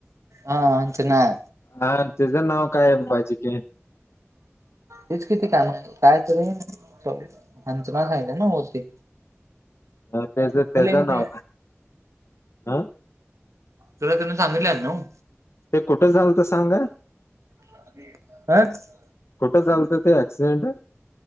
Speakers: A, on the right; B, on the left.
A: हा हंचनाळ.
B: हा तेज नाव काय हाय बाजीके?
A: हेच की ते काय <unintelligible> कायतरी हंचनाळ सांगितलं नव्ह मावशी?
B: ह तेच तेच
A: मी ते
B: नाव हं.
A: तुला त्यांना सांगितलंय आडनाव?
B: ते कुठं झालंत सांग.
A: <unintelligible>
B: कुठं झालतं ते ऍक्सिडेंट?